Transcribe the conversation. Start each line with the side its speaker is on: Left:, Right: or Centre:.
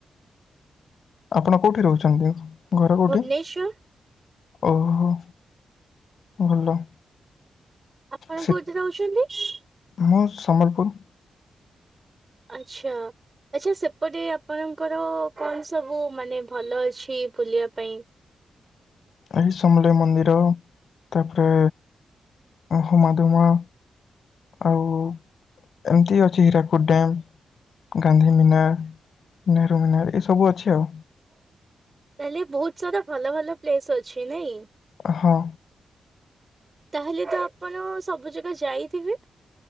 Left: ଆପଣ କୋଉଠି ରହୁଛନ୍ତି ଘର କୋଉଠି?
Right: ଭୁବନେଶ୍ଵର
Left: ଓହୋ ଭଲ।
Right: ଆପଣ
Left: ସେ
Right: କୋଉଠି ରହୁଚନ୍ତି?
Left: ମୁଁ ସମ୍ବଲପୁର।
Right: ଆଛା। ଆଚ୍ଛା ସେପଟେ ଆପଣଙ୍କର କଣ ସବୁ ମାନେ ଭଲ ଅଛି ବୁଲିବା ପାଇଁ।
Left: ଆଗେ ସମଲେଇ ମନ୍ଦିର ତାପରେ ହୁମାଦୁମା। ଆଉ ଏମତି ଅଛି ହୀରା କୁଦ ଡ୍ୟାମ୍ ଗାନ୍ଧୀ ମିନାର, ନେହେରୁ ମିନାର, ଏସବୁ ଅଛି ଆଉ।
Right: ତାହେଲେ ବହୁତ ସାରା ଭଲ ଭଲ ପ୍ଲେସ ଅଛି ନାଇଁ।
Left: ହଁ।
Right: ତାହେଲେ ତ ଆପଣ ସବୁ ଜାଗା ଯାଇଥିବେ?